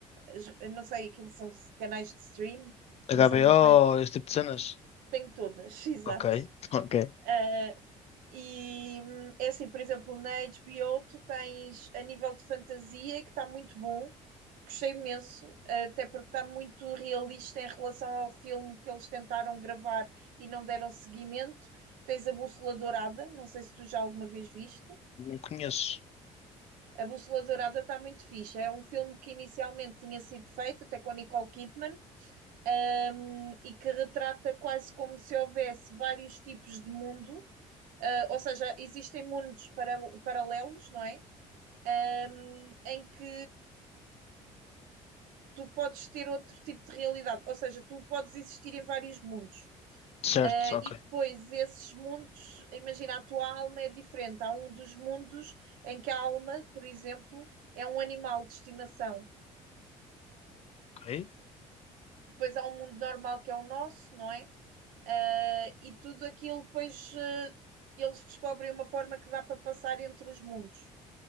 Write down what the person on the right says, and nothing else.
as- eu não sei, aquilo são canais de stream,
não sei muito bem,
tenho todas, <laughs> exato.
Eh, e hum, é assim, por exemplo, na HBO tu tens a nível de fantasia que está muito bom, gostei imenso, eh, até porque está muito realista em relação ao filme que eles tentaram gravar e não deram seguimento. Tens a Bússola Dourada, não sei se tu já alguma vez viste.
A Bússola Dourada está muito fixe. É um filme que inicialmente tinha sido feito, até com a Nicole Kidman, um, e que retrata quase como se houvesse vários tipos de mundo, uh, ou seja, existem mundos para, paralelos, não é? Um, em que tu podes ter outro tipo de realidade, ou seja, tu podes existir em vários mundos.
Uh,
e depois esses mundos, imagina, a tua alma é diferente. Há um dos mundos em que a alma, por exemplo, é um animal de estimação
Depois há um mundo normal que é o nosso, não é? Ah, e tudo aquilo depois ah, eles descobrem uma forma que dá para passar entre os mundos.